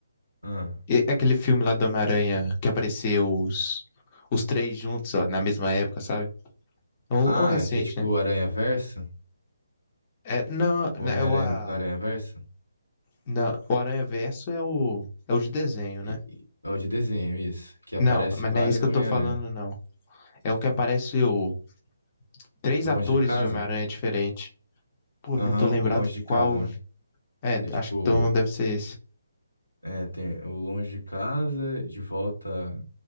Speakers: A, on the left; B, on the left.
A: Ah,
B: e- Aquele filme lá do Homem-Aranha que apareceu os, os três juntos, ó, na mesma época, sabe? É um,
A: ah
B: é um recente,
A: é que é tipo
B: né?
A: o Aranha-Verso?
B: É, não,
A: O
B: não,
A: Homem-Aranha
B: é o, a,
A: do Aranha-Verso?
B: não, o Aranha Verso é o, é o de desenho, né?
A: E- e- É o de desenho, isso. Que aparece
B: Não, mas
A: vários
B: não é isso que
A: Homem-Aranha.
B: eu tô falando, não. É o que aparece o três
A: Longe
B: atores
A: de casa?
B: de Homem-Aranha diferente. Pô,
A: Aham,
B: não tô lembrado
A: o Longe de
B: qual.
A: Casa, né?
B: É,
A: Que é tipo,
B: acho que então deve ser esse.
A: é, tem o Longe de Casa, de volta